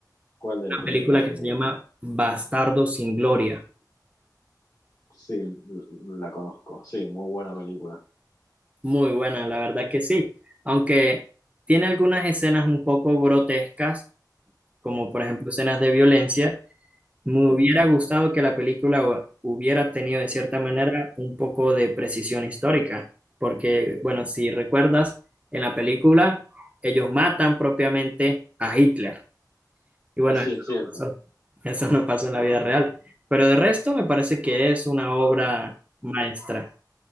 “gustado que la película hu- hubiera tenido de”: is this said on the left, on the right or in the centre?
Right